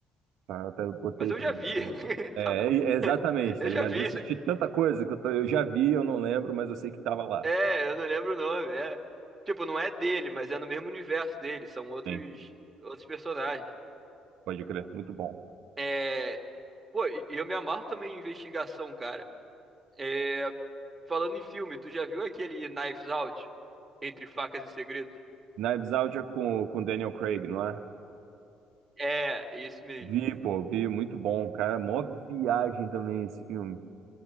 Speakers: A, on the right; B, on the right.
A: Tá, até eu botei
B: Mas eu
A: pra
B: já
A: ver.
B: vi, <laughs>
A: É,
B: sabe?
A: é exatamente,
B: Eu
A: tá ligado?
B: já vi.
A: Já assisti
B: isso.
A: tanta coisa que eu, tô- eu já vi, eu não lembro, mas eu sei que tava lá.
B: É, eu não lembro o nome. É. Tipo, não é dele, mas é no mesmo universo dele. São outros
A: Sim,
B: outros personagens.
A: pode crer, muito bom.
B: É, Pô, e e eu me amarro também em investigação, cara. É, falando em filme, tu já viu aquele Knives Out? Entre facas e segredos?
A: Knives Out é com, com Daniel Craig, não é?
B: É, esse mesmo.
A: Vi, pô, vi, muito bom, cara. Mó viagem também esse filme.